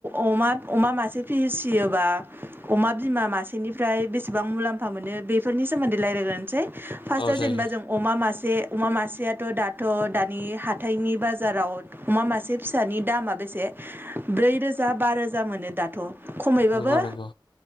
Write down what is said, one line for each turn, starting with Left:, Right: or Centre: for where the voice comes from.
Right: अमा अमा मासे फिसियोबा अमा बिमा मासेनिफ्राय बेसेबां मुलाम्फा मोनो बेफोरनि सोमोन्दै रायज्लायग्रोनोसै। फार्स्टआव
Left: औ जायो
Right: जेनेबा जों अमा मासे। जे अमा मासेयाथ' दाथ' दानि हाथायनि बाजाराव अमा मासे फिसानि दामा बे ब्रै रोजा बा रोजा मोनो दाथ' खमैबाबो।
Left: नंगौ नंगौ